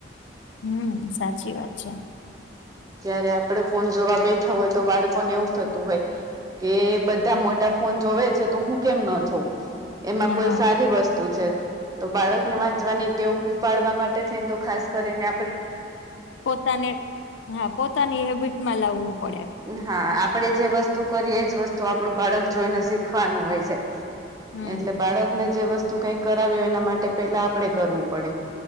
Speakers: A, on the left (about 75°); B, on the right (about 20°).
A: હમ સાચી વાત છે
B: જયારે આપડ ફોન જોવા બેઠા હોય તો બાળકોને એવું થતું હોય કે બધા મોટા ફોન જોવે છે તો હું કેમ ના જો ઊં એમાં
A: હા
B: કોઈ સારી વસ્તુ છે તો બાળકને વાંચવાની ટેવું પાડવા માટે થઈ તો ખાસ કરીને આપણેે
A: પોતાને હા પોતાની હેબિટમાં લાવવું પડે
B: હા આપડે જે વસ્તુ કરીએ એજ વસ્તુ આપડું બાળક જોઈને શીખવાનું હોય છે
A: હમ
B: એટલે બાળકને જે વસ્તુ કઈ કરાવી હોય એના માટે પેલા આપડે કરવું પડે